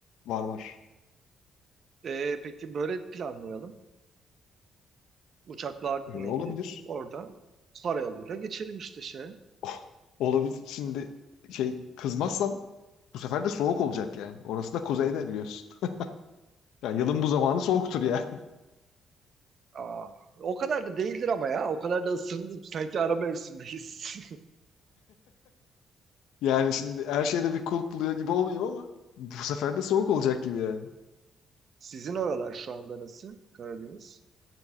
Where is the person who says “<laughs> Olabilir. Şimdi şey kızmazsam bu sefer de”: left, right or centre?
Left